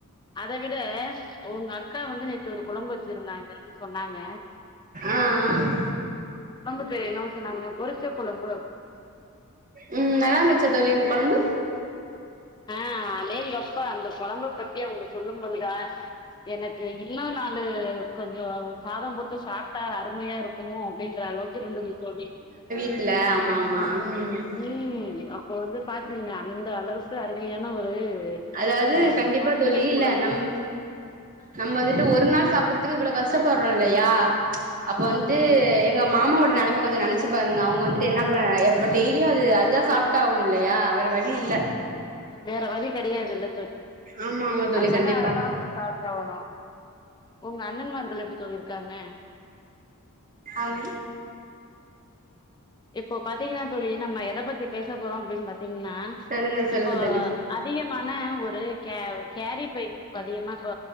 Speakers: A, on the left; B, on the right.
A: அத விட உங்க அக்கா வந்து நேத்து ஒரு கொழம்பு வச்சிருந்தாங்க <unintelligible> சொன்னாங்க
B: ஆஹ் ஆஹ்
A: கொழம்பு பேரு என்னான்னு சொன்னாங்க பொரிச்ச கொழம்
B: உம் நல்லாருந்துச்சா தோழி அந்த கொழம்பு
A: ஆஹ் அடேங்கப்பா அந்த கொழம்ப பத் இப்பயு அவங்க சொல்லும் பொழுதா எனக்கு இன்னு நாலு கொஞ்சோ சாதம் போட்டு சாப்ட்டா அருமையா இருக்குமோ அப்டின்ற அளவுக்கு இருந்துது தோழி
B: இல்ல ஆமா ஆமா ம்
A: ம் அப்ப வந்து பாத்துக்கங்க அந்த அளவுக்கு அருமையான ஒரு
B: அதாவது
A: ஆ
B: கண்டிப்பா
A: பொரிச்ச
B: தோழி
A: குழம்பு
B: இல்ல நம் நம்ம வந்துட்டு ஒரு நாள் சாப்டுறதுக்கு இவ்ளோ கஷ்டப்படுறோ இல்லையா அப்ப வந்துட்டு
A: ம் ம்
B: எங்க மாமாவோட நிலைமை கொஞ்சம் நினைச்சு பாருங்க அவங்க வந்துட்டு என்ன டெய்லி அது அதுதான் சாப்டு ஆகணும் இல்லயா வேற வழி இல்ல
A: வேற வழி கெடையாதுல்ல
B: ஆமா ஆமா தோழி
A: அதனால
B: கண்டிப்பா
A: அதுதான் உங்க சாப்டுஆகணும் உங்க அண்ணன்மார்கள் எப்படி தோழி இருக்காங்க
B: அவ
A: இப்போ பாத்தீங்கன்னா தோழி நம்ம எத பத்தி பேச போறோம் அப்டின்னு பாத்தீங்க
B: சொல்லுங்க சொல்லுங்க
A: இப்போ
B: தோழி
A: அதிகமான ஒரு கே கேரி பை அதிகமா இப்ப